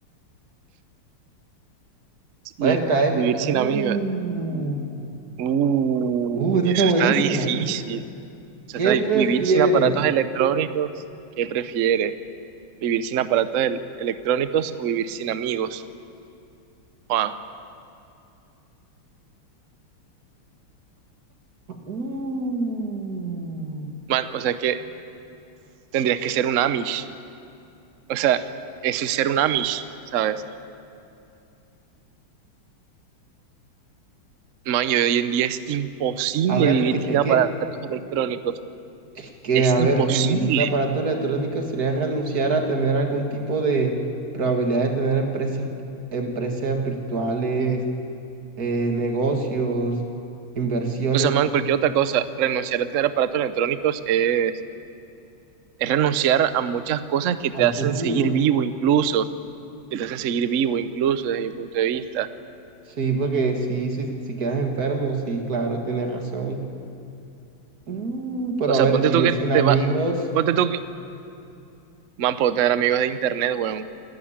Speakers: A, on the right; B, on the right.
A: Pues
B: vi-
A: esta es.
B: vivir
A: Uh,
B: sin amigos. Uh,
A: uh, esta
B: eso
A: está buenísima.
B: está difícil. Eso
A: ¿Qué
B: está di-
A: prefieres?
B: vivir sin aparatos electrónicos. ¿Qué prefieres? ¿Vivir sin aparatos el- electrónicos o vivir sin amigos? Ah,
A: Mm.
B: man, o sea, es que tendrías que ser un Amish. O sea, eso es ser un Amish, ¿sabes? Maño, hoy en día es imposible
A: A ver,
B: vivir
A: es que,
B: sin
A: es
B: aparatos
A: que,
B: electrónicos.
A: es que,
B: Es
A: a
B: imposible.
A: ver, vivir sin aparatos electrónicos sería renunciar a tener algún tipo de probabilidad de tener empresas, empresas virtuales, eh, negocios, inversiones
B: O sea, man, cualquier otra cosa, renunciar a tener aparatos electrónicos es, es renunciar a muchas cosas que
A: al
B: te hacen
A: futuro.
B: seguir vivo incluso, que te hacen seguir vivo incluso desde mi punto de vista.
A: Sí, porque sí, si, si quedas enfermo, sí, claro, tienes razón. Uh, pero
B: O
A: a
B: sea,
A: ver,
B: ponte
A: vivir
B: tú que
A: sin amigos,
B: te va, ponte tú que, man, puedo tener amigos de internet, weón.